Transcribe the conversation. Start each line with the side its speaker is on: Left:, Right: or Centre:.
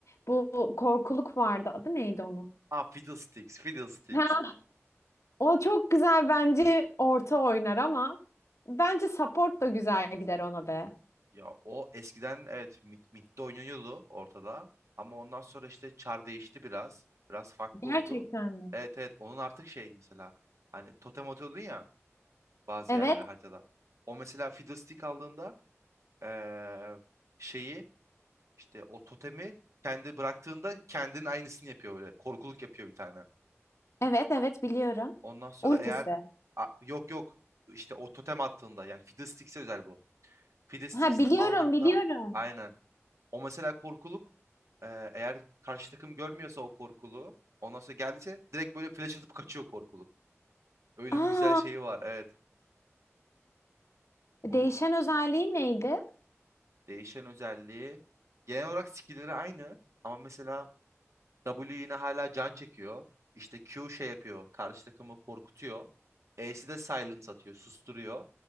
Left: Bu korkuluk vardı. Adı neydi onun?
Right: Aa Fiddlesticks, Fiddlesticks.
Left: Ha, O çok güzel bence orta oynar ama bence support da güzel gider ona be.
Right: Ya o eskiden evet mi- midde oynanıyordu ortada. Ama ondan sonra işte çar değişti biraz. Biraz farklı
Left: Gerçekten
Right: oldu.
Left: mi?
Right: Evet evet onun artık şey mesela. Hani totem atıyordun ya bazı
Left: Evet,
Right: yerlere haritada. O mesela Fiddlestick aldığında eee, şeyi işte o totemi kendi bıraktığında kendinin aynısını yapıyor böyle. Korkuluk yapıyor bir tane.
Left: evet, evet biliyorum.
Right: Ondan sonra
Left: Ultisi.
Right: eğer A- yok yok işte o totem attığında yani Fiddlesticks'e özel bu. Fiddlesticks
Left: Ha biliyorum,
Right: aldığında
Left: biliyorum.
Right: aynen. O mesela korkuluk e, eğer karşı takım görmüyorsa o korkuluğu ondan sonra geldiyse direkt böyle flash atıp kaçıyor korkuluk. Öyle
Left: Aa,
Right: bir güzel şeyi var evet.
Left: değişen
Right: Onun
Left: özelliği neydi?
Right: değişen özelliği genel olarak skill'leri aynı ama mesela W yine hala can çekiyor. İşte Q şey yapıyor. Karşı takımı korkutuyor. E'si de silence atıyor. Susturuyor.